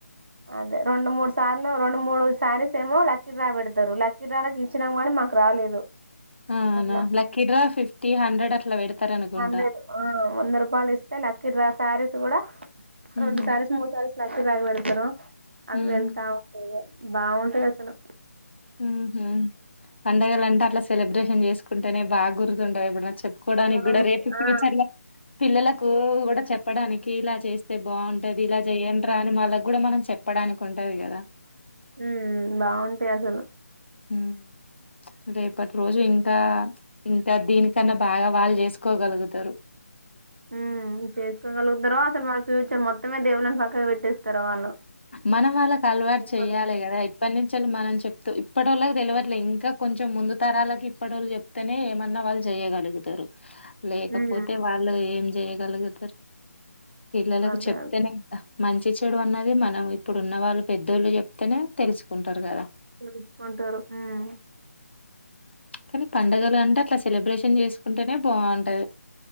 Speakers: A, on the right (about 40°); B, on the left (about 45°).
A: అదే రెండు మూడు సార్లు రెండు మూడు సారీస్ ఏమో లక్కి రా పెడతారు లక్కి డ్రాలకి ఇచ్చినాము కానీ మాకు రాలేదు
B: అవునా
A: అట్లా
B: లక్కి డ్రా అట్లా బెడతారనుకుంటా.
A: హండ్రెడ్ ఉ వంద రూపాయలు ఇస్తే లక్కి డ్రా సారీస్ కూడా
B: హ్మ్.
A: రెడ్డు సారస్ మూడు సారస్ లట్టే తాగి వెళ్తారు అది
B: హ్మ్.
A: వెళ్తా ఉంట బాగుంటాయి అసలు
B: ఉహూ పండగలు అంటే అట్లా సెలబ్రేషన్ చేసుకుంటేనే బాగా గుర్తుంటాయి ఏమో చెప్పుకోవడానికి
A: బాగుంటాయి
B: కూడా రేపు ఫ్యూచర్
A: ఆ
B: లో పిల్లలకు కూడా చెప్పడానికి ఇలా చేస్త తే బాగుంటది ఇలా చెయ్యండ్రా అని మళ్ళ కూడా మనం చెప్పడానికి ఉంటది గదా
A: ఉమ్ బాగుంటాయి అసలు
B: ఉమ్ ప్చ్ రేపటి రోజు ఇంకా ప్చ్ ఇంకా దీనికన్నా బాగా వాళ్ళు చేసుకోగలుగుతారు
A: ఉమ్ చేసుకోగలగుతారో అసలు మన ఫ్యూచర్ మొత్తమే దేవుళ్ళని పక్కకు పెట్టేస్తారు వాళ్ళు
B: మనం వాళ్ళకు అలవాటు
A: చెప్పలేం
B: చెయ్యాలి కదా ఇప్పటి నుంచి వాళ్ళు మనం చెప్తూ ఇప్పటి వోళ్ళకి తెలియట్లేదు ఇంకా కొంచెం ముందు తరాలకి ఇప్పటి వోళ్ళు చెప్తేనే ఏమన్నా వాళ్ళు చేయగలుగుతారు లేకపోతే
A: ఉమ్
B: వాళ్ళు ఏం చేయగలుగుతారు పిల్లలకు
A: అదే
B: చెప్తేనే ఇంకా మంచి చెడు అన్నది మనం ఇప్పుడు ఉన్న వాళ్ళు పెద్దోళ్ళు చెప్తేనే తెలుసుకుంటారు కదా
A: తెలుసుకుంటారు ఉమ్
B: కానీ పండగలు అంటే అట్లా సెలబ్రేషన్ చేసుకుంటేనే బాగుంటది